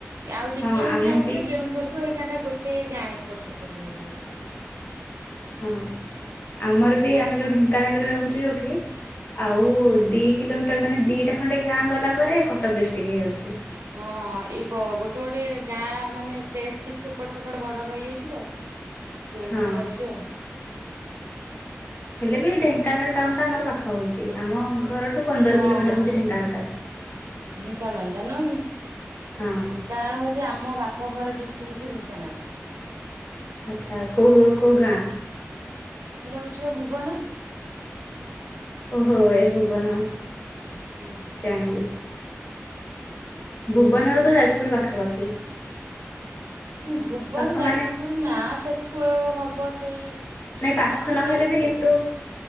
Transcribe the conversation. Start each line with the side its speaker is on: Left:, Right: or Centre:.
Right: ଆଉ ଟିକେ
Left: ହଁ
Right: ହେଇଥିଲା
Left: ଆମେ
Right: ଆମର
Left: ବି
Right: ସେ କେଉଁଝର ହେଇ କାନ୍ତା ଗୋଟେ ଗାଁ ଏପଟ ସେପଟ ରହି ଯାଇଛି।
Left: ହଁ ଆମର ବି ଆମେ ଯୋଉ ଢେଙ୍କାନାଳରେ ରହୁଛୁ ଯୋଉଠି ଆଉ
Right: ହୁଁ
Left: ଦି କିଲୋମିଟର ମାନେ ଦିଇଟା ଖଣ୍ଡେ ଗାଁ ଗଲା ପରେ କଟକ ଡିଷ୍ଟ୍ରି ହେଇଯାଉଛି।
Right: ହଁ ଏଇ ବ ଗୋଟେ ଗୋଟେ ଗାଁ ମାନେ ପ୍ଲେସ କିଛି ଏପଟ ସେପଟ ବଡ ରହିଯାଉଛି ତ। ଚେଞ୍ଜ
Left: ହଁ
Right: ହେଇଯାଉଛି ଆଉ
Left: ହେଲେ ବି ଢେଙ୍କାନାଳ ଟାଉନ ଟା ଆମର ପାଖ ହଉଛି ଆମ ଘରଠୁ ପନ୍ଦର
Right: ହଁ
Left: କିଲୋମିଟର
Right: ହଁ
Left: ହଉଛି ଢେଙ୍କାନାଟା।
Right: ଢେଙ୍କାନାଳ ଟା ନୁହଁ କି
Left: ହଁ।
Right: ଢେଙ୍କାନାଳ ହଉ ଆମ ବାପଘର ଡିଷ୍ଟ୍ରି ହଉଛି ଢେଙ୍କାନାଳ।
Left: ଆଛା କୋଉ କଉ ଗାଁ?
Right: ସେଇଟା ହଉଛି ବା ଭୁବନ।
Left: ଓହୋ ଏଇ ଭୁବନ।
Right: ହୁଁ ହୁ।
Left: ଜାଣିଲି। ଭୁବନ ର ତ ଯାଜପୁର ପାଖାପାଖି।
Right: ଭୁବନ
Left: ପାଖ
Right: ଯାଜପୁର
Left: ମାନେ
Right: ନା ସେଠୁ ଆ ହବ ସେଇ ହଁ
Left: ନାଇଁ ପାଖ
Right: ସେଇ
Left: ନହେଲେ
Right: ଚାଳିଶ
Left: ବି
Right: କିଲୋମ୍
Left: କିନ୍ତୁ